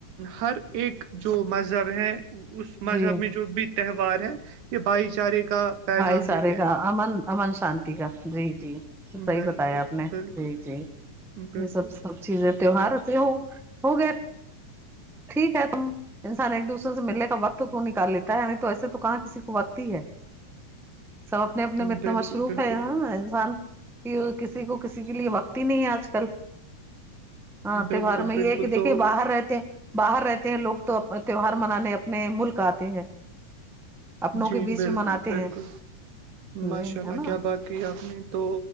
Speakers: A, on the right; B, in the centre.
A: ہر ایک جو مذہب ہے اس مذہب
B: جی
A: میں جو بھی تہوار ہے یہ بھائی چارے کا پیغام
B: بھائی
A: دیتے
B: سارے
A: ہیں
B: کا امن امن شانتی کا جی جی تو صحیح
A: بالکل
B: بتایا آپ نے
A: بالکل
B: جی جی
A: بالکل
B: یہ سب سب چیزیں تہوار ایسے ہو ہو گیا ٹھیک ہے تم انسان ایک دوسرے سے ملنے کا وقت تو نکال لیتا ہے نہیں تو ایسے تو کہاں کسی کو وقت ہی ہے سب اپنے اپنے
A: بالکل
B: میں اتنا مصروف
A: بالکل
B: ہے ہاں انسان کہ کسی کو کسی کے لیے وقت ہی نہیں ہے آج کل ہاں
A: بالکل
B: تہوار
A: بالکل
B: میں یہ ہے کہ دیکھیے
A: تو
B: باہر رہتے ہیں باہر رہتے ہیں لوگ تو تہوار منانے اپنے ملک آتے ہیں اپنوں
A: جی
B: کے بیچ
A: بالکل
B: میں مناتے
A: بالکل
B: ہیں
A: ماشاء
B: جی
A: اللہ
B: ہے نا
A: کیا بات کی آپ نے تو